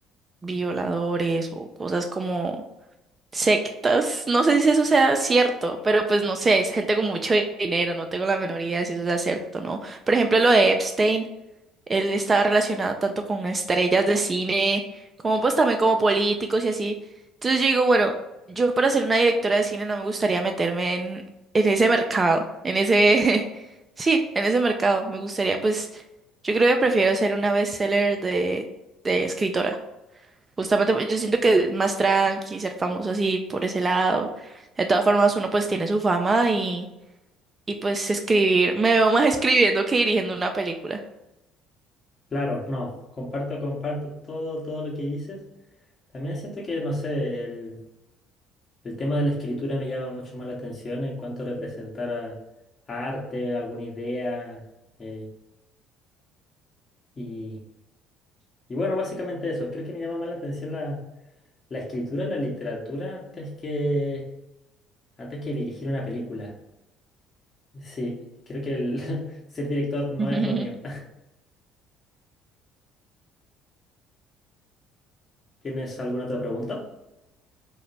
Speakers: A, on the right; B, on the left.
A: violadores o cosas como sectas. No sé si eso sea cierto, pero pues no sé, es gente con mucho dinero, no tengo la menor idea de si eso sea cierto o no. Por ejemplo, lo de Epstein. Él está relacionado tanto con estrellas de cine, como pues también como políticos y así. Entonces yo digo, bueno, yo para ser una directora de cine no me gustaría meterme en, en ese mercado, en ese, <laughs> sí, en ese mercado. Me gustaría pues, yo creo que prefiero ser una bestseller de, de escritora. Justamente porque yo siento que es más tranqui, ser famoso así por ese lado. De todas formas, uno pues tiene su fama y, y pues escribir, me veo más escribiendo que dirigiendo una película.
B: claro, no. Comparto, comparto todo, todo lo que dices. También siento que, no sé, el El tema de la escritura me llama mucho más la atención en cuanto a representar a, a arte, alguna idea. eh, y, y bueno, básicamente eso. Creo que me llama más la atención la, la escritura, la literatura, antes que, antes que dirigir una película. Sí, creo que el <laughs> ser director no
A: <laughs>
B: es lo mío. <laughs> ¿Tienes alguna otra pregunta?